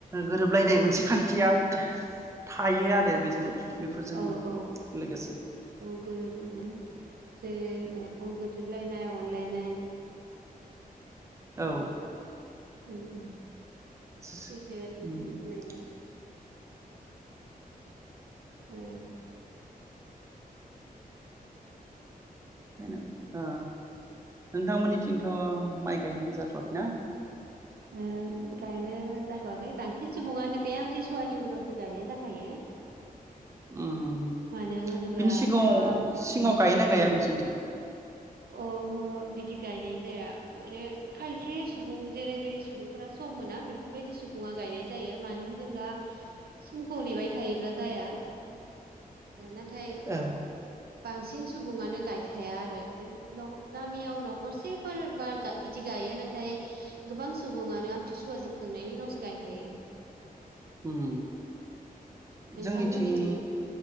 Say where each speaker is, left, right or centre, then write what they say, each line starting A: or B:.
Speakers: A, on the right; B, on the right.
A: गोरोबलायनाय मोनसे खान्थिया थायो आरो बेजों बेफोरजोंनो
B: औ औ
A: लोगोसे
B: औ गोरोबगोन जे औ गोजोन। बुलायन अनलायन।
A: औ
B: उम उम
A: ओंखायनो
B: सैथो नोंथां बुंनाया। ओं
A: बेनो ओ नोंथांमोननिथिंथ' माइ गायनाया जाथ' आखैना?
B: ओ गायनो जाथ'वाखै बांसिन सुबुङानो बे आमथिसुवानि उनावसो गायनाय जाखायो।
A: ओम
B: मानो होनोब्ला
A: बिनि सिगाङाव
B: दा
A: सिगाङाव गाय ना गाया नोंसोरथिं?
B: अहो बिदि गायनाय जाया माने खायसे सुबुं जेरैबायदि सुबुंफोरा सम मोना बेफोरबायदि सुबुङा गायनाय जायो मानो होनोब्ला समखौ नेबाय थायोब्ला जाया। नाथाय
A: औ
B: बांसिन सुबुंङानो गायखाया आरो माने गामियाव न'खरसेफोर बा बिदि गायो नाथाय गोबां सुबुंङानो आमथिसुवा जोबखांनायनि उनावसो गायखायो।
A: ओम
B: नोंथांमोननिथिं
A: जोंनिथिं